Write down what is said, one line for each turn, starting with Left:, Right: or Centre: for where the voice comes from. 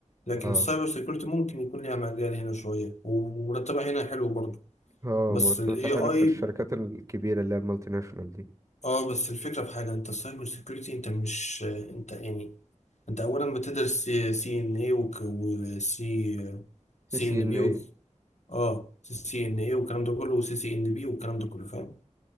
Left: لكن
Right: اه
Left: السايبر سيكيورتي ممكن يكون ليها مجال هنا شوية ومرتبها هنا حلو برضه
Right: اه
Left: بس
Right: مرتباتها
Left: ال AI
Right: حلو في الشركات الكبيرة اللي هي المالتي ناشونال دي
Left: اه بس الفكرة في حاجة انت السايبر سيكيورتي انت مش انت يعني انت أولا بتدرس سي ان اي وسي سي
Right: سي سي
Left: ان
Right: ان
Left: بي
Right: ايه
Left: اه سي ان اي والكلام ده كله وسي سي ان بي والكلام ده كله فاهم